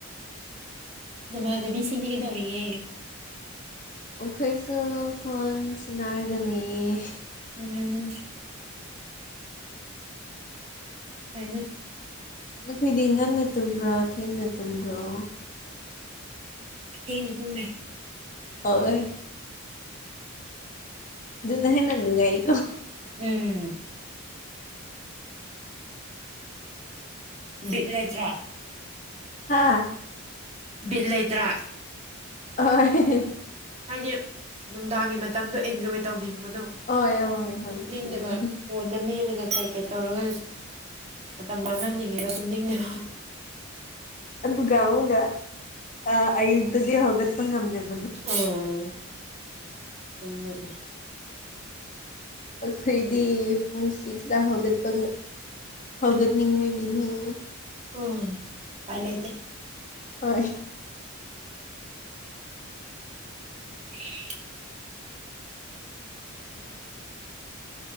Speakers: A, on the right; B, on the left.
A: ꯅꯃꯥꯟꯕꯤꯁꯤꯡꯗꯤ ꯀꯩꯗꯧꯔꯤꯒ°?
B: ꯃꯈꯣꯏꯁꯨ ꯐꫭꯟ ꯁꯟꯅꯔꯒꯥ ꯂꯩꯌ°
A: ꯎꯝꯝꯝ ꯄꯩꯅ
B: ꯅꯈꯣꯏꯗꯤ ꯉꯟꯅꯥ ꯇꯨꯝꯕ꯭ꯔꫭ ꯊꯦꯡꯅ ꯇꯨꯝꯕ꯭ꯔꯣ?
A: ꯊꯦꯡꯅꯥ ꯇꯨꯝꯃꯤ
B: ꯑꯥꯑꫭꯏ ꯑꯗꯨꯅ ꯍꯦꯟꯅ ꯅꯨꯡꯉꯥꯏ ꯑꯩ
A: ꯎꯝꯝ ꯕꯤꯠ ꯂꯩꯇ꯭ꯔꯣ꯫
B: ꯍꯥꯥꯍꯍ
A: ꯕꯤꯠ ꯂꯩꯇ꯭ꯔꯥ ꯔꫭ
B: ꯍꫭꯏ
A: ꯍꯥꯏꯗꯤ ꯅꯨꯡꯗꯥꯡꯒꯤ ꯃꯇꯝꯗꯣ ꯑꯦꯟꯖꯣꯏ ꯇꯧꯅꯤꯡꯕꯅꯤ ꯑꯗꯣ
B: ꯍꯣꯏ ꯍꯣꯏ ꯍꯣꯏ
A: ꯇꯨꯝꯅꯤꯡꯗ°ꯕꯥ
B: ꯆꯨꯝꯃꯦ
A: ꯐꯣꯟꯗꯥ ꯃꯦꯜꯂꯒꯥ ꯀꯩꯀꯩ ꯇꯧꯔꯒ ꯃꯇꯝ ꯃꯥꯡꯍꯟꯅꯤꯡꯉꯦꯒꯥ ꯇꯨꯝꯅꯤꯡꯅꯕ
B: ꯑꯗꯨꯗꯒꯥꯎꯒ ꯑꯃꯨꯛꯀ ꯑꯌꯨꯗꯗꯤ ꯍꯒꯠꯄꯥ ꯉꯝꯗꯕ
A: ꯑꯥꯑ ꯑꯗꯨꯗꯤ
B: ꯈꯣꯏꯗꯤ ꯄꯨꯡ ꯁꯤꯛꯁ ꯍꯒꯠꯄ ꯍꯒꯠꯅꯤꯡꯏ
A: ꯎꯝ
B: ꯏꯅꯤ <unintelligible>
A: ꯎꯝ ꯎꯄꯥꯏ ꯂꯩꯇꯦ
B: ꯍꯣꯏꯏ꯫
A: <inaudible>